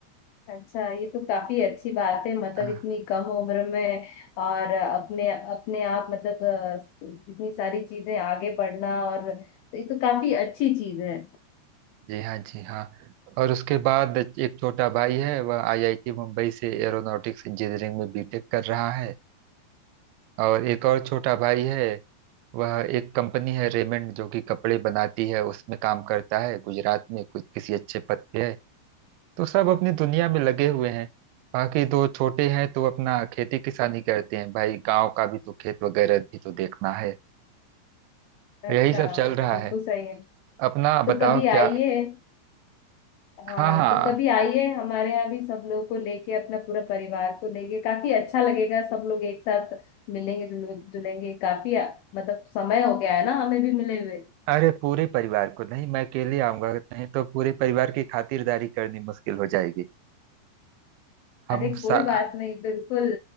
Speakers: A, on the left (about 90°); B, on the right (about 85°).
A: अच्छा ये तो काफी अच्छी बात है मतलब
B: हाँ,
A: इतनी कम उम्र में और अपने अपने आप मतलब अ, इतनी सारी चीजें आगे बढ़ना और तो ये तो काफी अच्छी चीज है
B: जी हाँ जी हाँ और उसके बाद एक छोटा भाई है वह आईआईटी मुंबई से एरोनॉटिक्स इंजीनियरिंग में बीटेक कर रहा है और एक और छोटा भाई है वह एक कंपनी है रेमंड जो कि कपड़े बनाती है उसमें काम करता है गुजरात में कुछ किसी अच्छे पद पे है तो सब अपनी दुनिया में लगे हुए हैं बाकी दो छोटे हैं तो अपना खेती किसानी करते हैं भाई गांव का भी तो खेत वगैरह भी तो देखना है
A: अच्छा
B: यही सब चल रहा
A: बिल्कुल
B: है
A: सही है
B: अपना
A: तो
B: बताओ
A: कभी
B: क्या
A: आइए हाँ
B: हाँ हाँ
A: तो कभी आइए हमारे यहाँ भी सब लोगों को लेके अपना पूरा परिवार को लेके काफी अच्छा लगेगा सब लोग एक साथ मिलेंगे जुल- जुलेंगे काफी आ- मतलब समय हो गया है ना हमें भी मिले हुए
B: अरे पूरे परिवार को नहीं मैं अकेले आऊंगा नहीं तो पूरे परिवार की खातिरदारी करनी मुश्किल हो जाएगी हम
A: अरे कोई
B: सा,
A: बात नहीं बिल्कुल